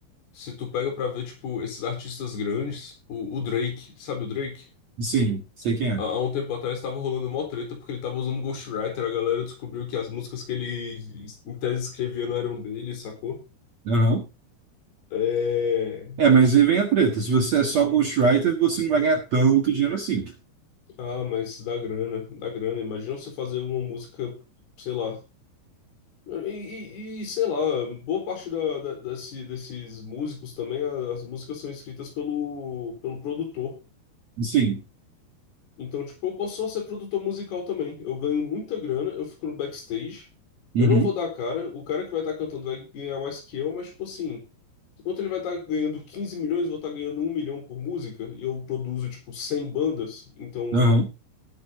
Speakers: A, on the left (about 65°); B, on the right (about 55°).
A: se tu pega pra ver, tipo, esses artistas grandes, o, o Drake, sabe o Drake?
B: Sim, sei quem é.
A: Há, há um tempo atrás tava rolando mó treta porque ele tava usando Ghostwriter, a galera descobriu que as músicas que ele, em tese, escrevia não eram dele, sacou?
B: Aham.
A: É...
B: É, mas
A: E,
B: aí vem
A: e-
B: a treta. Se você é só ghostwriter, você não vai ganhar tanto dinheiro assim.
A: Ah, mas dá grana, dá grana. Imagina você fazer uma música, sei lá... E, e- e, sei lá, boa parte da, da- desse- desses músicos também, a- as músicas são escritas pelo, pelo produtor.
B: Sim.
A: Então, tipo, eu posso só ser produtor musical também. Eu ganho muita grana, eu fico no backstage. Eu
B: Uhum.
A: não vou dar a cara. O cara que vai estar cantando vai ganhar mais que eu, mas, tipo assim, enquanto ele vai estar ganhando 15 milhões, eu vou estar ganhando um milhão por música. E eu produzo, tipo, 100 bandas. Então,
B: Aham.